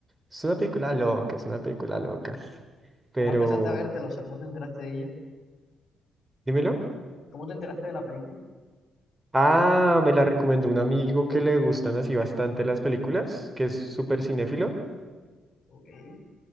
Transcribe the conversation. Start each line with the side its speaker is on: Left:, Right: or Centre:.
Right: Es una película loca, es una película loca, pero,
Left: ¿Cómo alcanzaste a vértela? O sea, ¿cómo te enteraste de ella?
Right: dímelo.
Left: ¿Cómo te enteraste de la película?
Right: Ah, me la recomendó un amigo que le gustan así bastante las películas, que es súper cinéfilo,
Left: Ok. Bueno,